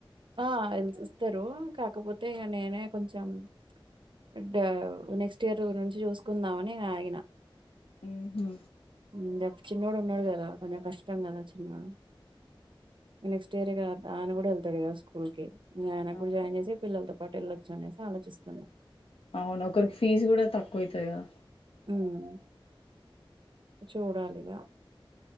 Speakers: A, on the right; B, on the left.
A: ఆ ఎల్స్ ఇస్తారు కాకపోతే ఇగ నేనే కొంచెం బడ్ నెక్స్ట్ ఇయర్ నుంచి చూసుకుందామని ఇగ ఆగిన
B: హు హు
A: ఉమ్ చిన్నోడు ఉన్నాడు కదా కొంచెం కష్టం గదా చిన్నోడు నెక్స్ట్ ఇయర్ ఇగా ఆయన కూడా వెళ్తాడు కదా స్కూల్ కి ఆయన
B: అవును
A: కూడా జాయిన్ చేసి పిల్లలతో పాటు వెళ్ళొచ్చు అనేసి ఆలోచిస్తున్నా
B: అవును ఒకరికి ఫీజు కూడా తక్కువ అవుతుంది కదా
A: ఉమ్ చూడాలి ఇగా